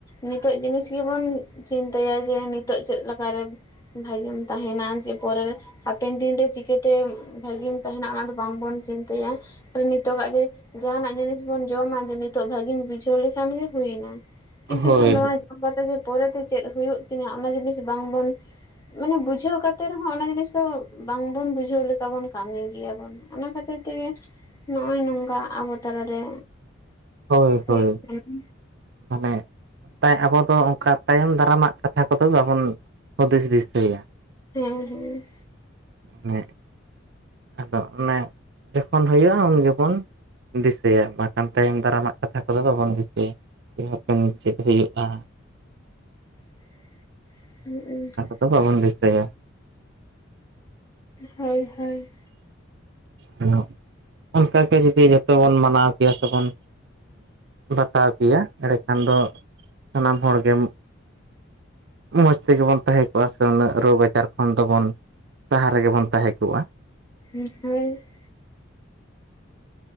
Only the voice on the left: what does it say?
ᱱᱤᱛᱚᱜ ᱡᱤᱱᱤᱥ ᱜᱮᱵᱚᱱ ᱪᱤᱱᱛᱟᱹᱭᱟ ᱡᱮ ᱱᱤᱛᱚᱜ ᱪᱮᱫ ᱞᱮᱠᱟᱨᱮ᱾ ᱵᱷᱟᱜᱮᱢ ᱛᱟᱦᱮᱱᱟ ᱡᱮ ᱯᱚᱨᱮ᱾ ᱦᱟᱯᱮᱱ ᱫᱤᱱᱨᱮ ᱪᱤᱠᱟᱹᱛᱮ ᱵᱷᱟᱹᱜᱤᱢ ᱛᱟᱦᱮᱱᱟ ᱚᱱᱟ ᱫᱚ ᱵᱟᱝᱵᱚᱱ ᱪᱤᱱᱛᱟᱹᱭᱟ᱾ ᱱᱤᱛᱚᱜᱼᱟ ᱜᱮ ᱡᱮ ᱡᱟᱦᱱᱟᱜ ᱡᱤᱱᱤᱥ ᱵᱚᱱ ᱡᱚᱢᱟ ᱡᱮ ᱱᱤᱛᱚᱜ ᱵᱷᱟᱹᱜᱤᱢ ᱵᱩᱡᱷᱟᱹᱣ ᱞᱮᱠᱷᱟᱱ ᱜᱮ᱾ ᱦᱩᱭᱱᱟ ᱠᱤᱱᱛᱩ
ᱡᱮ ᱱᱚᱣᱟ
ᱡᱚᱢ ᱠᱟᱛᱮ ᱯᱚᱨᱮᱛᱮ ᱪᱮᱫ ᱦᱩᱭᱩᱜ ᱛᱤᱧᱟᱹ ᱚᱱᱟ ᱡᱤᱱᱤᱥ ᱵᱟᱝ ᱵᱚᱱ᱾ ᱢᱟᱱᱮ ᱵᱩᱡᱷᱟᱹᱣ ᱠᱟᱛᱮᱜ ᱨᱮᱦᱚᱸ ᱚᱱᱟ ᱡᱤᱱᱤᱥ ᱫᱚ ᱵᱟᱝᱵᱩᱱ ᱵᱩᱡᱷᱟᱹᱣ ᱞᱮᱠᱟ ᱵᱩᱱ ᱠᱟᱹᱢᱤ ᱜᱮᱭᱟ ᱵᱚᱱ᱾ ᱚᱱᱟ ᱠᱷᱟᱹᱛᱤᱨ ᱛᱮᱜᱮ ᱱᱚᱜᱼᱚᱭ ᱱᱚᱝᱠᱟ ᱟᱵᱚ ᱛᱟᱞᱟᱨᱮ᱾
ᱦᱩᱭᱩᱜ
ᱠᱟᱱᱟ
ᱦᱮᱸ ᱦᱮᱸ
<unintelligible>
ᱦᱳᱭ ᱦᱳᱭ
<unintelligible>